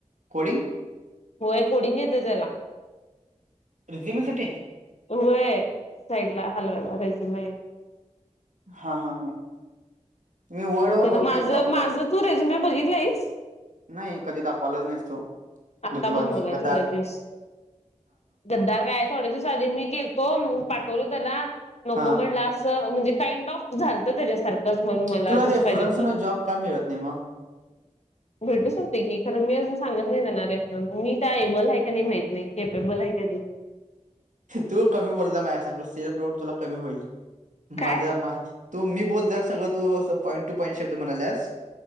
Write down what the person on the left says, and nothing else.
होय कोडींग येत तेला
होय साईड ला हलवाला रेजम
मग
त्याला
माझं
माझं तू रेजे मी बघितलं आहेस
आत्ता
बनवलाय
थोड्या दिवस गद्दार काय थोडे्या दिवस आधी मी केलतो पाठवलो त्याला नको
म्हणला असं म्हणजे काइंड ऑफ झालतं त्याच्यासारखंच मग मला
जसं
पाहिजे होतं
भेटू शकते की खरं मी अजून सांगत नाही त्यांणार रेफरन्स मी त्या एबल आहे का नाही माहत नाही केपेबल आहे का नाही.
काय